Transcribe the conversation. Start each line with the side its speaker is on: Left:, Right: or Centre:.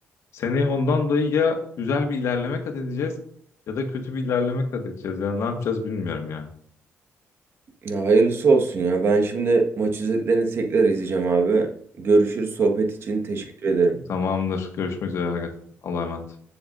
Left: Seneye ondan dolayı ya güzel bir ilerleme kat edeceğiz ya da kötü bir ilerleme kat edeceğiz. Yani ne yapacağız bilmiyorum ya.
Right: Ya hayırlısı olsun ya. Ben şimdi maç özetlerini tekrar izleyeceğim abi. Görüşürüz. Sohbet için teşekkür ederim.
Left: Tamamdır. Görüşmek üzere. Aga. Allah'a emanet.